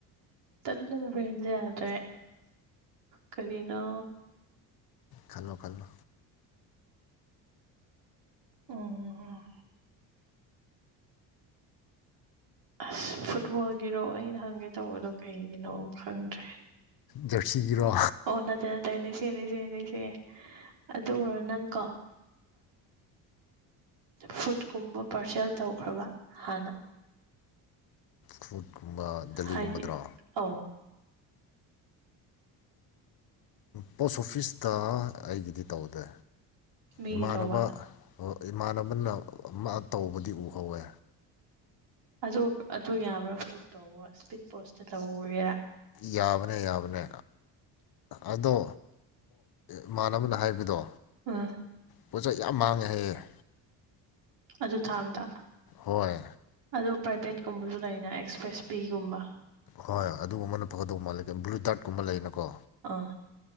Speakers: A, on the right; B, on the left.
A: ꯇꯜꯂ ꯕ꯭ꯔꯦꯟꯁꯦ ꯌꯥꯗ꯭ꯔꯦ ꯀꯔꯤꯅꯣ
B: ꯈꯜꯂꯣ ꯈꯜꯂꯣ
A: ꯎꯝ ꯑꯁ ꯐꯨꯠꯕꯣꯜꯒꯤꯔꯣ ꯑꯩꯅ ꯍꯪꯒꯦ ꯇꯧꯕꯗꯣ ꯀꯩꯒꯤꯅꯣ ꯈꯪꯗ꯭ꯔꯦ
B: ꯖꯔꯁꯤꯒꯤꯔꯣ
A: ꯑꯣ ꯅꯠꯇꯦ ꯅꯠꯇꯦ ꯅꯤꯡꯁꯤ ꯅꯤꯡꯁꯤꯁꯤ ꯑꯗꯨꯔꯣ ꯅꯪꯀꯣ ꯐꯨꯗꯀꯨꯝꯕ ꯄꯥꯔꯁꯦꯜ ꯇꯧꯈ꯭ꯔꯕ ꯍꯥꯟꯅ
B: ꯐꯨꯠꯀꯨꯝꯕ ꯗꯦꯜꯂꯤꯒꯨꯝꯕꯗ꯭ꯔꯣ
A: ꯍꯥꯏꯗꯤ ꯑ
B: ꯄꯣꯁ ꯑꯣꯐꯤꯁꯇ ꯑꯩꯒꯤꯗꯤ ꯇꯧꯅꯤ
A: ꯃꯤꯒꯤ
B: ꯏꯃꯥꯟꯅꯕ
A: ꯇꯧꯕ
B: ꯏꯃꯥꯟꯅꯕꯅ ꯃꯥ ꯇꯧꯕꯗꯤ ꯎꯍꯧꯋꯦ
A: ꯑꯗꯨ ꯑꯗꯨ ꯌꯥꯕ꯭ꯔꯥ ꯐꯨꯠ ꯇꯧꯕ ꯏꯁꯄꯤꯠ ꯄꯣꯁꯇ ꯇꯧꯒꯦꯔꯥ
B: ꯌꯥꯕꯅꯦ ꯌꯥꯕꯅꯦ ꯑꯗꯣ ꯏꯃꯥꯟꯅꯕꯅ ꯍꯥꯏꯕꯗꯣ
A: ꯑꯝ
B: ꯄꯣꯠꯁꯛ ꯌꯥꯝ ꯃꯥꯡꯉꯦꯍ
A: ꯑꯗꯨ ꯊꯥꯕꯗ
B: ꯍꯣꯏꯣꯏ
A: ꯑꯗꯣ ꯄ꯭ꯔꯥꯏꯚꯦꯠꯀꯨꯝꯕꯁꯨ ꯂꯩꯅ ꯑꯦꯛꯁꯄ꯭ꯔꯦꯁ ꯄꯕꯤꯒꯨꯝꯕ
B: ꯍꯣꯏ ꯑꯗꯨꯒꯨꯝꯕꯅ ꯐꯒꯗꯧꯕꯧ ꯃꯥꯜꯂꯦ ꯕ꯭ꯂꯨ ꯇꯔꯠꯀꯨꯝꯕ ꯂꯩꯅꯀꯣ
A: ꯑꯥ